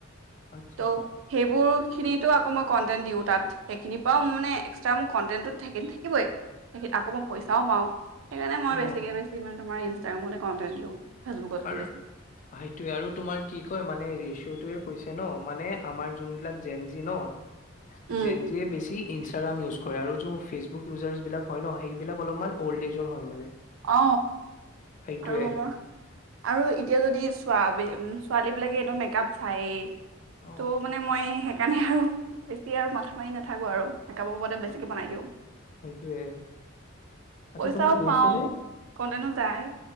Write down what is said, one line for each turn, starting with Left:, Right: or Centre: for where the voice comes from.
Left: আচ্ছা
Right: ত' সেইবোৰ <unintelligible> খিনিতো আকৌ কন্টেন্ট দিওঁ তাত সেইখিনি পাওঁ মানে এক্সট্ৰা মোৰ কন্টেন্টোত থাকে থাকিবেই সেইখিন আকৌ মই পইচাও পাওঁ। সেইকাৰণে মই
Left: অ
Right: বেছিকে বেছি মানে তোমাৰ ইনচ- তেওঁৰ মতে কন্টেন্ট দিওঁ। ফেচবুকতকৈ
Left: আৰু সেইটোয়ে
Right: বেছি
Left: আৰু তোমাৰ কি কয় মানে ৰেচিওটোৱে কৈছে ন মানে আমাৰ যোন বিলাক জেনজি ন
Right: উম
Left: জেন জি এ বেছি ইনষ্টাগ্ৰাম ইউজ কৰে আৰু যোন ফেচবুক ইউজাৰ্চ বিলাক হয় ন সেইবিলাক অলপমান অল্ড এজৰ হয় মানে
Right: অ
Left: সেইটোয়ে
Right: আৰু আমাৰ আৰু এতিয়া যদি চোৱা ছোৱালীবিলাকে এনেও মেকআপ চায়েই
Left: অ
Right: ত' মানে মই সেইকাৰণে আৰু বেছি আৰু মাথা মাৰি নাথাকো আৰু মেকআপৰ ওপৰতে বেছিকে বনাই দিওঁ।
Left: সেইটোৱে আচ্ছা
Right: পইচাও
Left: তোমাৰ গৈছে
Right: পাওঁ
Left: নে?
Right: কন্টেনো যায়